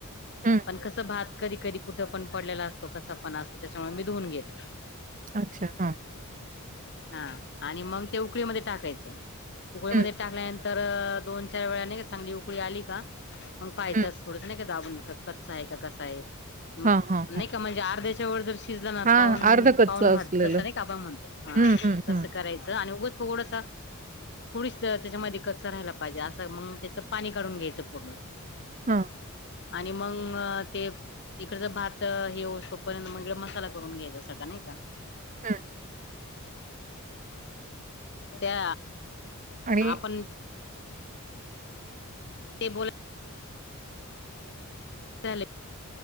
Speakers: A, on the right; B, on the left.
A: हु़़
B: पण कसं भात कधी कधी कुठं पण पडलेला असतो कसा पण असतो त्याच्यामुळे मी धुवून घेते
A: अच्छा हा
B: हा आणि मग ते उकळीमध्ये टाकायचं उकळीमध्ये
A: हं,
B: टाकल्यानंतर तर दोन चार वेळा नाही का चांगली उकळी आली का मग पाहायचंच
A: हं.
B: थोडंसं नाही का दाबून कर कच् आहे का कसा आहे
A: हां, हां,
B: नाही
A: हां.
B: का म्हणजे अर्ध्याच्या व ज शिजला
A: हां,
B: पाून
A: अर्ध कच्चं
B: पाून भात
A: असलेलं.
B: का म्हणतो हा
A: हं, हं, हं,
B: तसं करायचं आणि थोडसा थोडीस त्याच्यामध्ये कच्च राहायला पाहिजे असं मग त्याचं पाणी काढून घ्यायचं पूर्ण
A: हा
B: आणि मग ते. इकडच भात हे तोपर्यंत मग इड मसाला करून घ्यायचा सगळं नाही का.
A: हम.
B: त्या
A: आणि
B: आपण. ते बो चालेल.